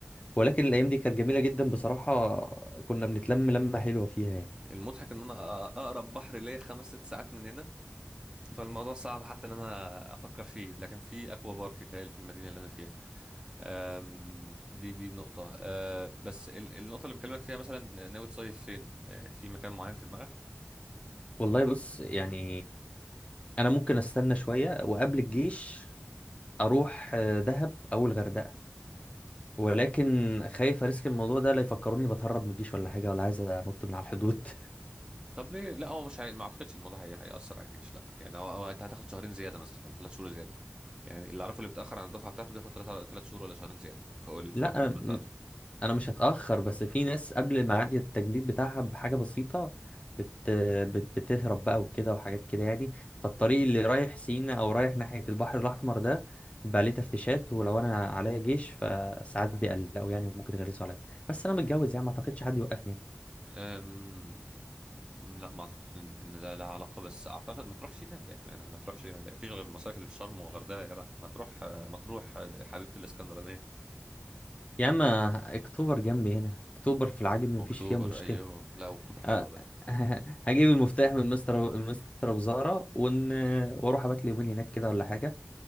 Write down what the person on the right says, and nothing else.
المضحك ان انا أ- اقرب بحر ليا خمس ست ساعات من هنا فالموضوع صعب حتى ان انا افكر فيه لكن في اكوا بارك تهيألي في المدينه اللي انا فيها أم، دي دي نقطه أه، بس ال- النقطه اللي بكلمك فيها مثلا ناوي تصيف فين أه، في مكان معين في دماغك
طب ليه لا هو مش هي... ما اعتقدش الموضوع هي... هيأثر على الجيش لا يعني هو... هو انت هتاخد شهرين زياده مثلا ولا ثلاث شهور زياده يعني اللي اعرفه اللي بيتأخر عن الدفعه بتاعته بياخد ثلاث ثلاث شهور ولا شهرين زياده فوق
ال...
فوق الخدمه بتاعته
أم... لا ما اعتقدش ان إن ده لها علاقه بس اعتقد ما تروحش هناك يعني يعني ما تروحش ما فيش غير المصايف اللي في شرم والغردقه يا جدع ما تروح ما تروح حبيبه الاسكندرانيه
اكتوبر
ايوه لا اكتوبر حلوه
بقى